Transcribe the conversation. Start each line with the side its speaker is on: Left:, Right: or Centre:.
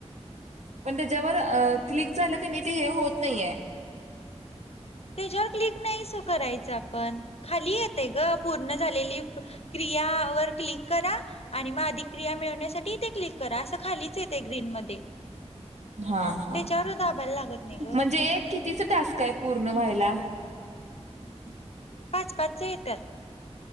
Right: पण त्याच्यावर अ क्लिक झालं की नाही ते हे होत नाहिये.
Left: त्याच्यावर क्लिक नाहीच - करायचं आपण- खाली- येतय गं. पूर्ण झालेली क्रियावर क्लिक- करा. आणि म अधिक क्रिया मिळवण्यासाठी तइथे क्लिक- करा असं खालीच येतय ग्रीन मध्ये.
Right: हा हा
Left: त्याच्यावर दाबायला लागत नाही ग
Right: म्हणजे एक कितीचं टास्क आहे? पूर्ण व्हायला. <unintelligible>
Left: पाच पाचचे आहेत. तर-